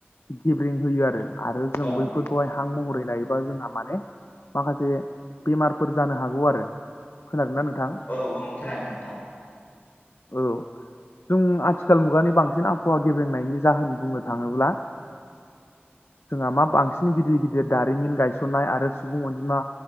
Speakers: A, on the left; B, on the left.
A: गेबेरं होयो आरो आरो जों
B: ओं
A: बैफोर खौहाय हां महरै लायोबा जोंहा माने माखासे बेमारफोर जानो हागौ आरो खोनादोंनना नोंथां
B: औ ओं खोनादों नोंथां
A: औ जों आथिखाल मुगानि बांसिन आबहावा गेब्रेंनायनि जाहोन बुंनो थाङोब्ला जोंहा मा बांसिन गिदिर गिदिर दारिमिन गायसननाय आरो सुबुं अनजिमा